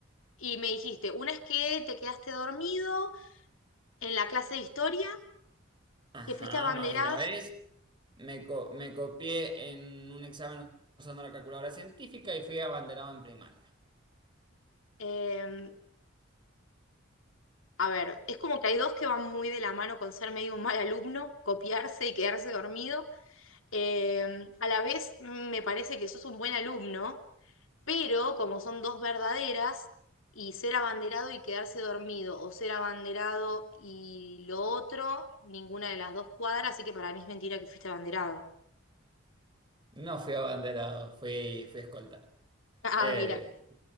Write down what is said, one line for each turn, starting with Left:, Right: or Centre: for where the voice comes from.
Left: Y me dijiste, una es que te quedaste dormido en la clase de historia,
Right: Ajá,
Left: que fuiste abanderado,
Right: más de una vez me, co- me copié en un examen usando la calculadora científica y fui abanderado en primaria.
Left: em, A ver, es como que hay dos que van muy de la mano con ser medio un mal alumno, copiarse y quedarse dormido. Eh, a la vez mm, me parece que sos un buen alumno, pero como son dos verdaderas, y ser abanderado y quedarse dormido, o ser abanderado y lo otro, ninguna de las dos cuadra, así que para mí es mentira que fuiste abanderado.
Right: No fui abanderado, fui, fui escolta.
Left: <laughs> Ah,
Right: Eh,
Left: mira.